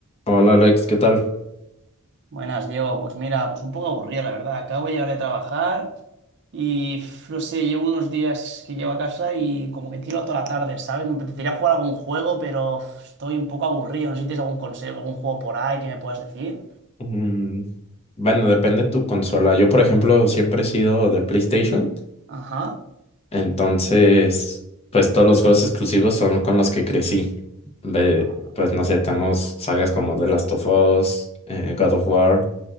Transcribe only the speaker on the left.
Hola Alex, ¿qué tal?
Mm, bueno, depende de tu consola. Yo, por ejemplo, siempre he sido de PlayStation,
entonces, pues todos los juegos exclusivos son con los que crecí. De,
pues no sé, tenemos sagas como The Last of Us, eh, God
of War,